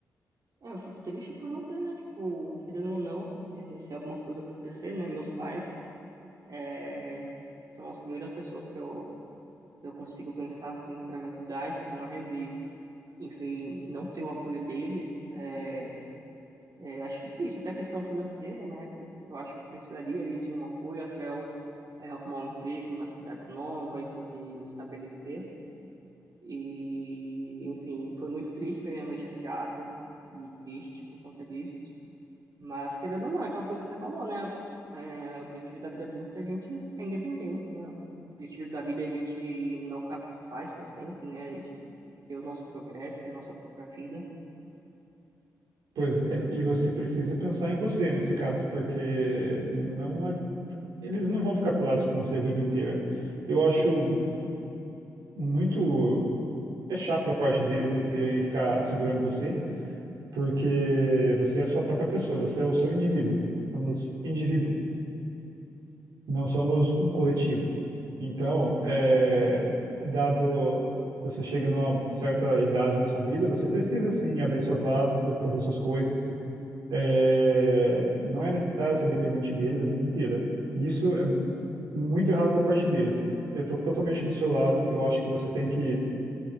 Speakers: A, on the right; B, on the right.
A: É, eu fico triste por não ter, né? Tipo, querendo ou não, é, se alguma coisa acontecer, né? Meus pais É, são as primeiras pessoas que eu, eu consigo pensar assim para me ajudar e tudo mais e enfim não ter o apoio deles é, é, acho difícil até questão financeira né eu acho que eu precisaria ali de um apoio até eu é, arrumar um emprego na cidade nova e poder me estabelecer e enfim foi muito triste ver minha mãe chateada e triste por conta disso mas, querendo ou não, é aquela coisa que você falou, né? É, o objetivo da vida adulta é a gente ficar independente, né? O objetivo da vida é a gente não ficar com os pais para sempre, né? A gente ter o nosso progresso, ter a nossa própria vida.
B: Pois é, e você precisa pensar em você nesse caso, porque não, a- eles não vão ficar colados com você a vida inteira. Eu acho muito É chato da parte deles eles quererem ficar segurando você, porque você é a sua própria pessoa, você é o seu indivíduo. Somos indivíduo, não somos um coletivo. Então, é, dado você chega numa certa idade na sua vida, você precisa sim abrir suas asas, fazer suas coisas. É, não é necessário ser dependente deles a vida inteira. E Isso é muito errado da parte deles. Eu estou totalmente do seu lado. Eu acho que você tem que